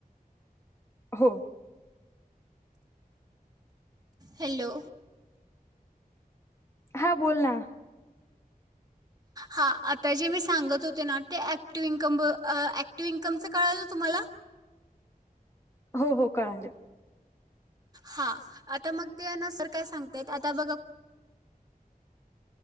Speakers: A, on the left (about 15°); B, on the right (about 25°).
A: हो
B: हॅलो
A: हा बोल ना
B: हा आता जे मी सांगत होते ना ते ऍक्टिव इन्कम ऍक्टिव इन्कमच कळाच तुम्हाला
A: हो हो कळालं.
B: हा आता मग ते न सर काय सांगतायत आता बघा